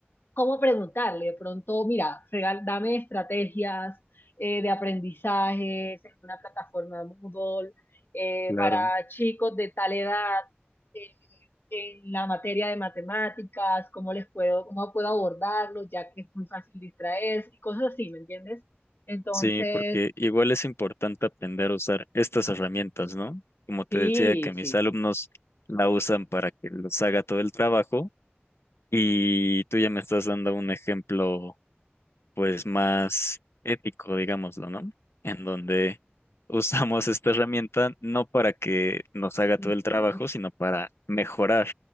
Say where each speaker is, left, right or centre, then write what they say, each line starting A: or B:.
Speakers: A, on the left; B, on the left.
A: cómo preguntarle. De pronto, mira, regal, dame estrategias eh, de aprendizajes en una plataforma Moodle eh,
B: claro,
A: para chicos de tal edad eh, en la materia de matemáticas, cómo les puedo, cómo puedo abordarlo, ya que es muy fácil distraerse y cosas así, ¿me entiendes? Entonces,
B: sí, porque igual es importante aprender a usar estas herramientas, ¿no? Como te
A: sí,
B: decía, que
A: sí,
B: mis alumnos
A: sí.
B: la usan para que les haga todo el trabajo y tú ya me estás dando un ejemplo, pues, más ético, digámoslo, ¿no? En donde <laughs> usamos esta herramienta no para que nos haga
A: <laughs>
B: todo el trabajo, sino para mejorar